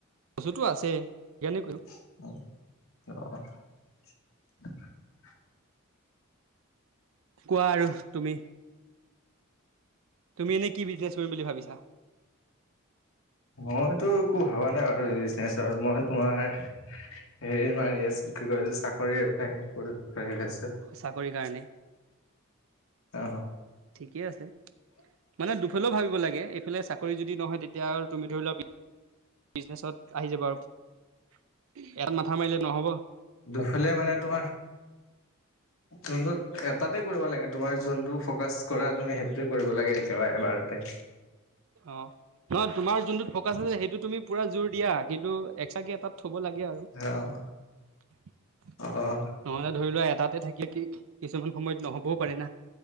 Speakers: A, on the right; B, on the left.
A: কচুতো আছেই, সেইকাৰণে কৰিম।
B: <unintelligible> <unintelligible>
A: কোৱা আৰু তুমি? তুমি এনেই কি বিজনেছ কৰিম বুলি ভাবিছা?
B: মইতো একো ভবা নাই বাৰু বিজনেচৰ, মই তোমাৰ সে মাৰি আছো কি কয় এইটো চাকৰি এপ্লাই
A: চাকৰি কাৰণে,
B: অ
A: ঠিকেই আছে। মানে দুফালেও ভাবিব লাগে, এইফালে চাকৰি যদি নহয় তেতিয়া আৰু তুমি ধৰি লোৱা বিজনেছত আহি যাব, আৰু এটাত মাথা মাৰিলে নহ'ব।
B: দুফালে মানে তোমাৰ যোনটত এটাতে কৰিব লাগে তোমাৰ যোনটো ফকাচ কৰা তুমি সেইটোতে কৰিব লাগে একেবাৰে এবাৰতে।
A: অ' নহয় তোমাৰ যোনটোত ফকাচ আছিল সেইটো তুমি পুৰা জোৰ দিয়া। কিন্তু এক্সট্ৰাকে এটাত থ'ব লাগে আৰু।
B: অ',
A: নহ'লে
B: অ',
A: ধৰি লোৱা এটাতে থাকিলে কি কিছুমান সময়ত নহ'বও পাৰে না?